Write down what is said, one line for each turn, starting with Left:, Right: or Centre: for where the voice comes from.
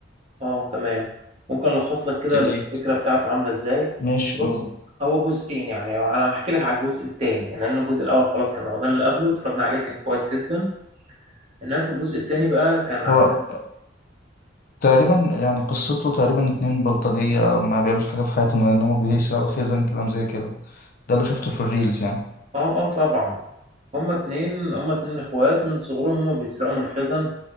Right: اه تمام ممكن الخص لك كده
Left: يا
Right: الفكره
Left: ريت
Right: بتاعته عامله ازاي
Left: ماشي
Right: بص
Left: قول
Right: هو جزئين يعني انا هحكي لك على الجزء الثاني لان الجزء الاول خلاص كان رمضان اللي قبله اتفرجنا عليه كان كويس جدا انما في الجزء الثاني بقى كان
Left: هو
Right: عن
Left: تقريبا يعني قصته تقريبا اتنين بلطجية ما بيعملش حاجة في حياتهم غير إن هما بيسرقوا خزن كلام زي كده ده اللي شفته في الريلز يعني
Right: اه اه طبعا هما اتنين هما اتنين اخوات من صغرهم هما بيسرقوا من الخزن